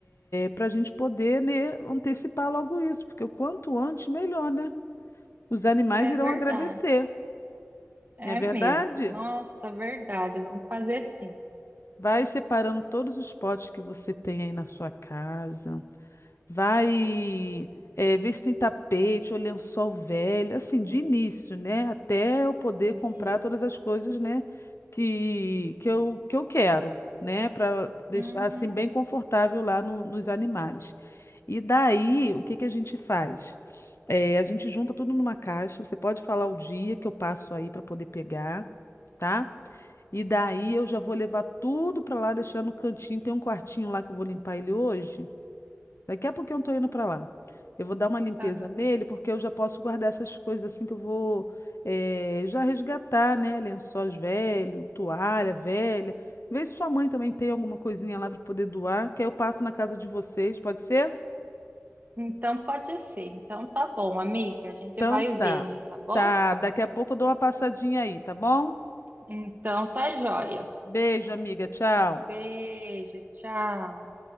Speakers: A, on the left (about 60°); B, on the right (about 35°).
A: para a gente poder, né, antecipar logo isso, porque o quanto antes, melhor, né? Os animais
B: É
A: irão
B: verdade.
A: agradecer,
B: É
A: não é verdade?
B: mesmo. Nossa, verdade. Vamos fazer sim.
A: Vai separando todos os potes que você tem aí na sua casa. vai eh, ver se tem tapete ou lençol velho, assim, de início, né? Até eu poder
B: Isso.
A: comprar todas as coisas, né, que, que eu, que eu quero, né, para deixar
B: Uhum.
A: assim bem confortável lá no- nos animais. E daí, o que que a gente faz? Eh, a gente junta tudo numa caixa. Você pode falar o dia que eu passo aí para poder pegar, tá? E daí eu já vou levar tudo para lá, deixar no cantinho. Tem um quartinho lá que eu vou limpar ele hoje. Daqui a pouquinho eu tô indo para lá. Eu vou dar uma limpeza
B: aham.
A: nele, porque eu já posso guardar essas coisas assim que eu vou eh, já resgatar, né? Lençóis velho, toalha velha. Vê se sua mãe também tem alguma coisinha lá para poder doar, que aí eu passo na casa de vocês, pode ser?
B: Então pode ser. Então tá bom, amiga. A gente
A: Então
B: vai
A: tá.
B: vendo, tá bom?
A: Tá, daqui a pouco eu dou uma passadinha aí, tá bom?
B: Então tá joia.
A: Beijo, amiga. Tchau.
B: Beijo, tchau.